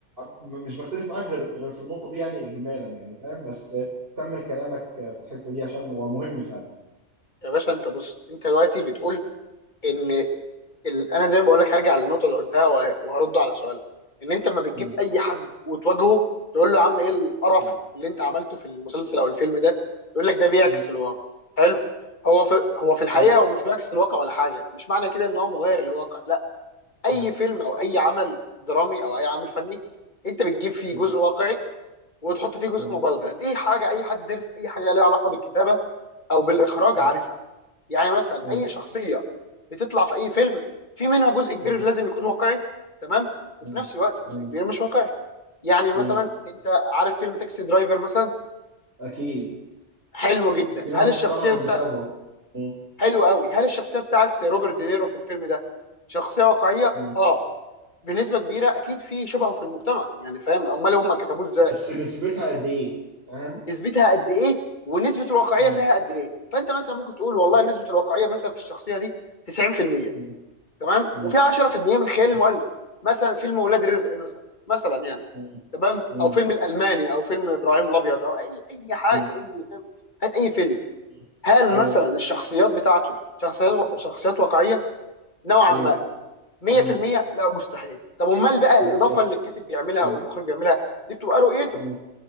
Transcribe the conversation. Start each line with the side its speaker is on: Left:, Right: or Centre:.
Right: م- مش بختلف معاك غير غير في النقطة دي يعني إجمالا يعني فاهم بس كمل كلامك في الحتة دي عشان هو مهم فعلا
Left: يا باشا انت بص انت دلوقتي بتقول ان ال... انا زي ما بقول لك هرجع للنقطه اللي قلتها وه- وهرد على سؤالك ان انت ما بتجيب
Right: مم.
Left: اي حد وتواجهه تقول له يا عم ايه القرف
Right: مم.
Left: اللي انت عملته في المسلسل او الفيلم ده يقول لك ده بيعكس
Right: مم.
Left: الواقع حلو هو في هو في
Right: تمام
Left: الحقيقه هو مش بيعكس الواقع ولا حاجه مش معنى كده ان هو مغير الواقع لا اي
Right: مم.
Left: فيلم او اي عمل درامي او اي عمل فني انت بتجيب فيه
Right: مم.
Left: جزء واقعي وتحط فيه جزء
Right: مم.
Left: مبالغه دي حاجه اي حد دارس اي حاجه ليها علاقه بالكتابه او بالاخراج
Right: مم.
Left: عارفها يعني مثلا
Right: أيوه
Left: اي شخصيه بتطلع في اي فيلم في منها جزء كبير
Right: مم.
Left: لازم يكون واقعي تمام وفي
Right: مم.
Left: نفس الوقت جزء
Right: مم.
Left: كبير مش واقعي يعني
Right: مم.
Left: مثلا انت عارف فيلم تاكسي درايفر مثلا
Right: أكيد
Left: حلو جدا
Right: في ناس
Left: هل
Right: انتحرت
Left: الشخصيه بتاع
Right: بسببه مم.
Left: حلو قوي هل الشخصيه بتاعت روبرت دينيرو في الفيلم ده شخصيه واقعيه
Right: مم.
Left: اه بنسبه كبيره اكيد في شبهه في المجتمع يعني فاهم امال هم كتبوه ازاي
Right: بس نسبتها قد ايه فاهم
Left: نسبتها قد ايه ونسبه الواقعيه
Right: مم.
Left: فيها قد ايه فانت مثلا ممكن تقول
Right: مم.
Left: والله نسبه الواقعيه مثلا في الشخصيه دي 90%
Right: مم.
Left: تمام
Right: مم.
Left: وفي 10% من خيال
Right: مم.
Left: المؤلف مثلا فيلم ولاد رزق مثلا مثلا يعني
Right: مم.
Left: تمام
Right: مم.
Left: او فيلم الالماني او فيلم ابراهيم الابيض او اي اي حاجه
Right: مم.
Left: اي فيلم هات اي فيلم
Right: مم.
Left: هل
Right: ايوه
Left: مثلا الشخصيات بتاعته شخصيات شخصيات واقعيه نوعا
Right: ايوه
Left: ما 100%
Right: مم.
Left: لا مستحيل طب امال بقى
Right: بالظبط
Left: الاضافه اللي الكاتب بيعملها
Right: مم.
Left: او المخرج بيعملها دي بتبقى رؤيته
Right: مم.